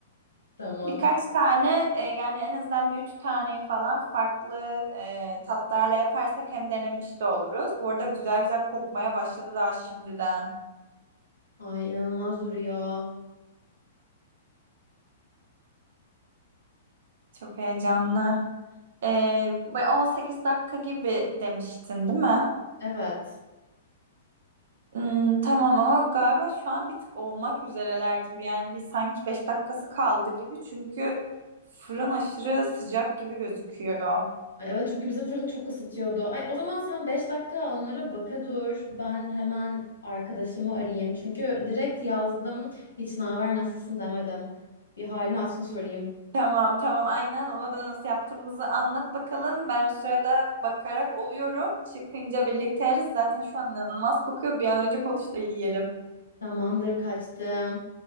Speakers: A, on the right; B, on the left.
A: <laughs>
B: Tamam.
A: birkaç tane e, yani en azından bir üç taneyi falan farklı e, tatlarla yaparsak hem denemiş de oluruz. Bu arada güzel güzel kokmaya başladı daha şimdiden.
B: Ay inanılmaz duruyor.
A: Çok heyecanlı. E, bu 18 dakika gibi demiştin, değil mi?
B: Evet.
A: Hmm, tamam ama galiba şu an bir tık olmak üzereler gibi. Yani bir sanki 5 dakikası kaldı gibi. Çünkü fırın aşırı sıcak gibi gözüküyor.
B: Ay Evet çünkü bizim fırın çok ısıtıyordu. Ay, o zaman sen 5 dakika onlara baka dur. Ben hemen arkadaşımı arayayım. Çünkü direkt yazdım. Hiç naber nasılsın demedim. Bir halini hatırını sorayım.
A: Tamam tamam aynen ona da nasıl yaptığımızı anlat bakalım. Ben o sırada bakarak oluyorum. Çıkınca birlikte yeriz. Zaten şu an inanılmaz kokuyor. Bir an önce konuş da yiyelim.
B: Tamamdır kaçtım.